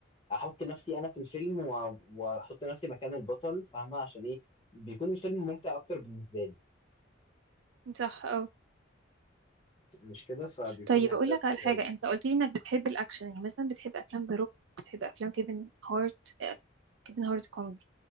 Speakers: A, on the left (about 25°); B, on the right (about 75°).
A: احط نفسي انا في الفيلم و- واحط نفسي مكان البطل فاهمة عشان ايه بيكون الفيلم ممتع اكتر بالنسبة لي
B: صح
A: مش كده فبيكون
B: طيب
A: احساس
B: اقول لك على
A: رايق
B: حاجه انت قلت لي انك بتحب الاكشن يعني مثلا بتحب افلام ذا روك بتحب افلام كيفن هارت آه، كيفن هارت كوميدي